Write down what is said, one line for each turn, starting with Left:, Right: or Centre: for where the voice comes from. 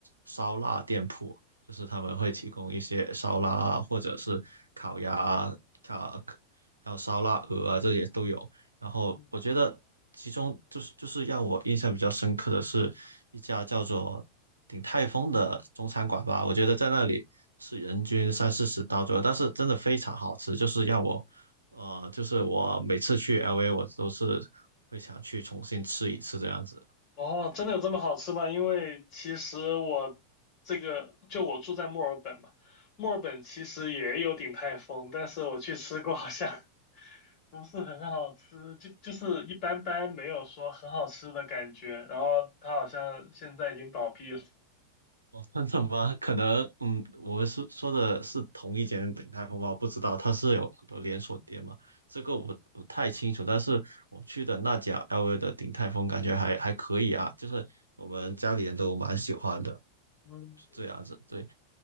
Right: 烧腊店铺，就是他们会提供一些烧腊啊，或者是烤鸭啊、烤还有烧腊鹅啊，这些都有。然后我觉得其中就是就是让我印象比较深刻的是一家叫做鼎泰丰的中餐馆吧，
Left: <laughs> 嗯
Right: 我觉得在那里是人均三四十刀左右，但是真的非常好吃，就是让我呃，就是我每次去 LA 我都是会想去重新吃一次这样子。
Left: 哦，真的有这么好吃吗？因为其实我这个就我住在墨尔本嘛，墨尔本其实也有鼎泰丰，但是我去吃过，好像。不是很好吃，就就是一般般，没有说很好吃的感觉。然后它好像现在已经倒闭了。
Right: 哦，真的吗？可能，嗯，我们是说的是同一间鼎泰丰吧，不知道它是有很多连锁店嘛，这个我不太清楚。但是我去的那家 LV 的鼎泰丰感觉还还可以啊，就是我们家里人都蛮喜欢的，
Left: 嗯，
Right: 这样子。对，